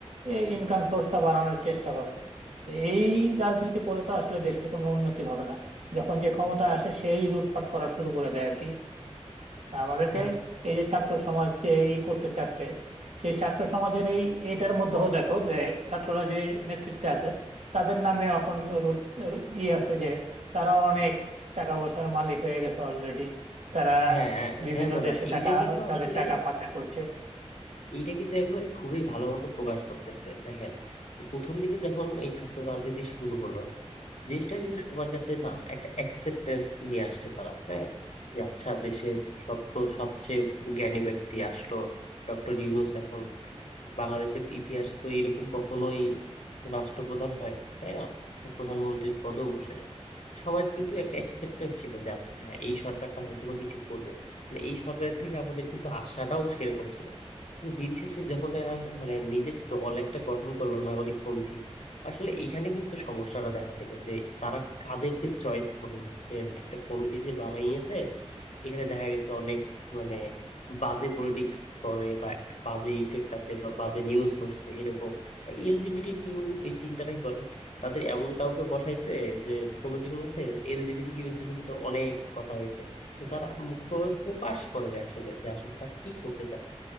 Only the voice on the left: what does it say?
হ্যাঁ
হ্যাঁ
হ্যাঁ দাদা
এইটা
কিন্তু
আসলে
এইটা কিন্তু একবারে খুবই ভালো মতো প্রকাশ করতেছে দেখেন প্রথম দিকে যখন এই ছাত্র রাজনীতি শুরু হলো জিনিসটা কিন্তু সবার কাছে না একটা অ্যাকসেপ্টেন্স নিয়ে আসছে তারা হ্যাঁ যে আচ্ছা দেশের সব সবচেয়ে জ্ঞানী ব্যক্তি আসলো ডক্টর ইউনূস এখন বাংলাদেশের ইতিহাসে তো এরকম কখনোই রাষ্ট্রপ্রধান হয়নি তাই না প্রধানমন্ত্রীর পদেও বসে নাই সবার কিন্তু একটা অ্যাকসেপ্টেন্স ছিল যে আচ্ছা হ্যাঁ এই সরকারটা হয়তো বা কিছু করবে মানে এই সরকারের থেকে আমাদের কিন্তু আশাটাও সেরকম ছিল কিন্তু দিন শেষে যখন এরা মানে নিজের দল একটা গঠন করলো নাগরিক কমিটি আসলে এখানে কিন্তু সমস্যাটা দেখা দিল যে তারা কাদেরকে চয়েস করলো যে একটা কমিটি যে বানাইয়েছে এখানে দেখা গেছে অনেক মানে বাজে পলিটিক্স করে বা বাজে ইফেক্ট আছে বা বাজে নিউজ ঘটছে এরকম এলজিবিটি কিউ এই চিন্তাটাই করে তাদের এমন কাউকে বসাইছে যে কমিটির মধ্যে এলজিবিটি কিউ এর জন্য কিন্তু অনেক কথা হয়েছে তো তারা মুখ্যভাবে প্রকাশ করে না আসলে যে আসলে তারা কি করতে চাচ্ছে